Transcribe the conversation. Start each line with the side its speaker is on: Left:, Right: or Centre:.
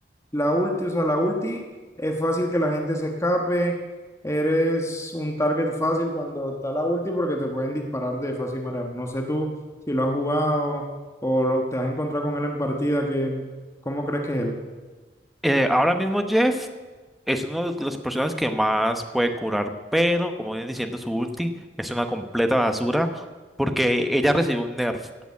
Left: la ulti, o sea, la ulti es fácil que la gente se escape, eres un target fácil cuando está la ulti porque te pueden disparar de fácil manera. No sé tú si lo has jugado o lo, te has encontrado con él en partida, que, ¿cómo crees que es él?
Centre: Eh, ahora mismo, Jeff, Es uno de los personajes que más puede curar, pero como vienen diciendo, su ulti es una completa basura porque ella recibió un nerf.